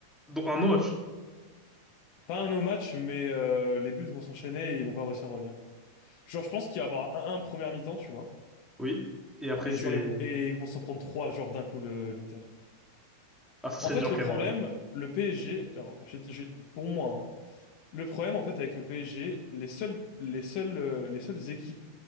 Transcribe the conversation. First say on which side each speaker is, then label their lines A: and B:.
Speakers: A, in the centre; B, on the left.
A: Donc, un no
B: Pas un no match, mais euh, les buts vont s'enchaîner et ils vont pas réussir à revenir. Genre, je pense qu'il va y avoir un 1 première mi-temps, tu vois.
A: Oui. Et après,
B: Et
A: c'est...
B: genre, ils vont, et ils vont s'en prendre 3 genre d'un coup le- l'Inter.
A: Ah, ça serait
B: En fait,
A: dur
B: le
A: quand même, en vrai.
B: problème, le PSG, alors, j'ai- j'ai- pour moi, hein, Le problème, en fait, avec le PSG, les seules, les seules, euh, les seules équipes